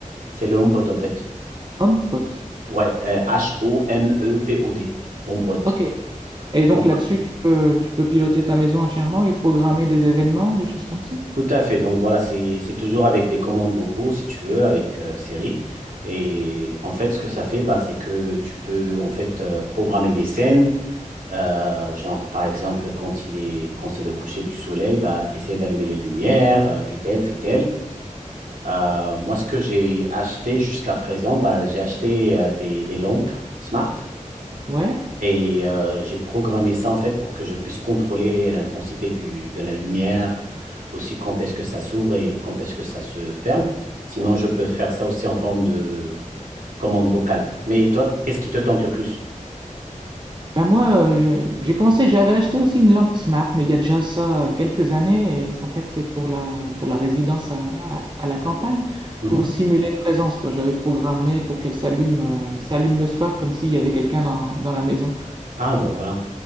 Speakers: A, on the right (about 80°); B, on the right (about 35°).
A: C'est le HomePod, en fait.
B: HomePod.
A: Ouais, euh, H-O-M-E-P-O-D. HomePod.
B: Ok. Et donc
A: Donc,
B: là-dessus, tu peux, tu peux piloter ta maison entièrement et programmer des événements, des choses comme ça?
A: tout à fait. Donc, voilà, c'est c'est toujours avec des commandes vocaux, si tu veux, avec euh, Siri. Et en fait, ce que ça fait, bah, c'est que tu peux en fait euh, programmer des scènes. Euh, genre, par exemple, quand il est, quand c'est le coucher du soleil, bah, essaye d'allumer les lumières, euh, fais-elle, fais-elle. Euh, moi, ce que j'ai acheté jusqu'à présent, bah, j'ai acheté euh, des, des lampes smart
B: Ouais.
A: et euh, j'ai programmé ça en fait pour que je puisse contrôler l'intensité du, de la lumière, aussi quand est-ce que ça s'ouvre et quand est-ce que ça se ferme. Sinon, je peux faire ça aussi en forme de commande vocale. Mais toi, qu'est-ce qui te tente le plus?
B: Ben moi, euh, je- j'ai commencé, j'avais acheté aussi une lampe smart, mais il y a déjà ça euh, quelques années, et c'est- en fait c'est pour la, pour la résidence à, à- à la campagne,
A: Mhm.
B: pour simuler une présence, quoi. J'avais programmé pour qu'elle s'allume euh, s'allume le soir, comme s'il y avait quelqu'un dans, dans la maison.
A: Ah, bah voilà.